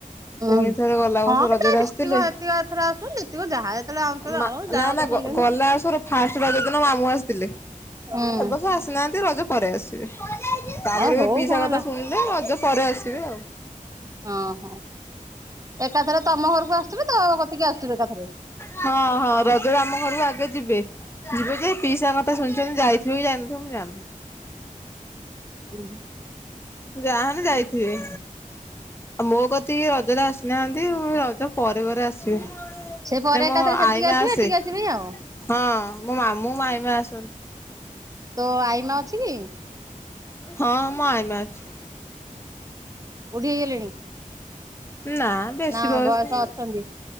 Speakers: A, on the right; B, on the left.
A: ହୁଁ।
B: ପୁଣି ଥରେ ଗଲା ବର୍ଷ
A: ହଁ
B: ରଜରେ
A: ତା ଯେତିକ
B: ଆସିଥିଲେ
A: ଯେତିକ ଏଥର ଆସୁଛନ୍ତି ଯେତିକ ଯାହା ଯେତେବେଳେ ଆଣୁଛନ୍ତି
B: ନା
A: ଆଣୁ ଯାହା
B: ନା ନା
A: ଦଉଛନ୍ତି ଦିଅନ୍ତୁ।
B: ଗଲା ବର୍ଷର ଫାଷ୍ଟ ରଜ ଦିନ ମାମୁଁ ଆସିଥିଲେ
A: ହୁଁ
B: ଏବର୍ଷ ଆସିନାହାନ୍ତି ରଜ ପରେ ଆସିବେ ତାପରେ
A: ହଁ ହଉ
B: ବି ପିଇସା
A: କଣ
B: କଥା
A: ହେଲା
B: ଶୁଣିଲେ ରଜ ପରେ ଆସିବେ ଆଉ।
A: ହଁ ହଁ ଏକାଥରେ ତମ ଘରକୁ ଆସିବେ ତ କତିକି ଆସିବେ ଏକାଥରେ।
B: ହଁ ହଁ ରଜରେ ଆମ ଘରକୁ ଆଗେ ଯିବେ ଯିବେ ଯେ ପିଇସାଙ୍ଗ ତ ଶୁଣିଚନ୍ତି ଯାଇଥିବେ କି ଜାଇନଥିବ ମୁଁ ଜାଣିନି।
A: ହୁଁ।
B: ଯାହାହେନେ ଯାଇଥିବେ। ମୋ କତି କି ରଜରେ ଆସିନାହାନ୍ତି ଆଉ ରଜ ପରେ ପରେ ଆସିବେ
A: ପରେ
B: ସେ ମୋ
A: ଏକାଥରେ ସେଠିକି
B: ଆଈ ମା
A: ଆସିବେ
B: ଆସେ।
A: ଏଠିକି ଆସିବେ ଆଉ
B: ହଁ ମୋ ମାମୁଁ ଆଈ ମା ଆସନ୍ତି।
A: ତୋ ଆଈମା ଅଛି କି?
B: ହଁ ମୋ ଆଈ ମା ଅଛି।
A: ବୁଢ଼ୀ ହେଇଗଲେଣି।
B: ନା ବେଶୀ
A: ନା
B: ବୟସ ହେଇନି।
A: ଅଛନ୍ତି